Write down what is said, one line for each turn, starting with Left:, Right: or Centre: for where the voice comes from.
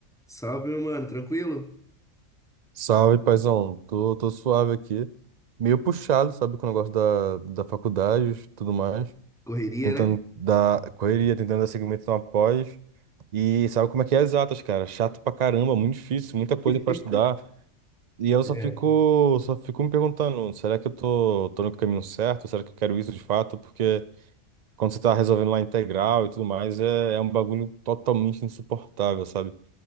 Centre: Salve, meu mano, tranquilo?
Right: Salve, paizão. Tô, tô suave aqui. Meio puxado, sabe, com o negócio da, da faculdade, e tudo mais.
Centre: Correria,
Right: Tentando
Centre: né?
Right: dar correria, tentando dar segmento numa pós. E sabe como é que é exatas, cara? Chato pra caramba, muito difícil, muita coisa
Centre: <laughs>
Right: pra estudar. E eu
Centre: É,
Right: só fico, só fico me perguntando, será que eu tô, tô no caminho certo? Será que eu quero isso de fato? Porque quando você tá resolvendo lá integral e tudo mais, é, é um bagulho totalmente insuportável, sabe?